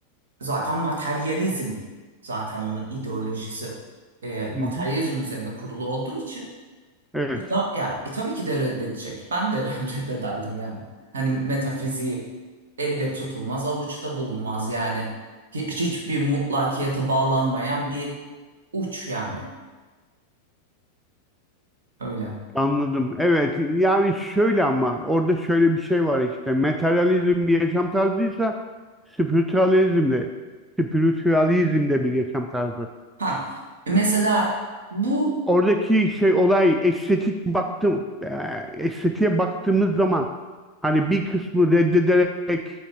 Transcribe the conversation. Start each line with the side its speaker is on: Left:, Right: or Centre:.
Right: zaten materyalizm zaten onun ideolojisi e, materyalizm
Centre: Hı hı.
Right: üzerine kurulu olduğu için
Centre: Evet.
Right: e, da, yani, e, tabii ki de reddedecek. Ben de <laughs> reddederdim yani. Hani metafiziği elle tutulmaz, avuçta bulunmaz yani. Hiç, hiçbir mutlakiyete bağlanmayan bir uç yani. Öyle.
Centre: Anladım. Evet, yani şöyle ama orada şöyle bir şey var işte. Materyalizm bir yaşam tarzıysa spiritualizm de spiritualizm de bir yaşam tarzı.
Right: Ha, e, mesela bu
Centre: Oradaki şey olay estetik baktım eee, estetiğe baktığımız zaman hani bir kısmı reddederek